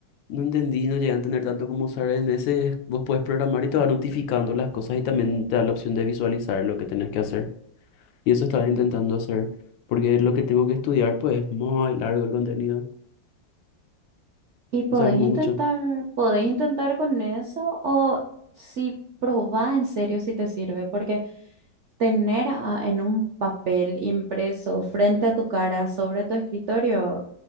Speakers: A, on the left (about 85°); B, on the right (about 75°).
A: no entendí, no llegué a entender tanto cómo usar en ese, vos puedes programar y te va notificando las cosas y también te da la opción de visualizar lo que tenés que hacer. Y eso estaba intentando hacer, porque lo que tengo que estudiar, pues es muy largo el contenido,
B: Y podés
A: o sea, es mucho.
B: intentar, podés intentar con eso o si probá en serio si te sirve, porque tener a- en un papel impreso frente a tu cara sobre tu escritorio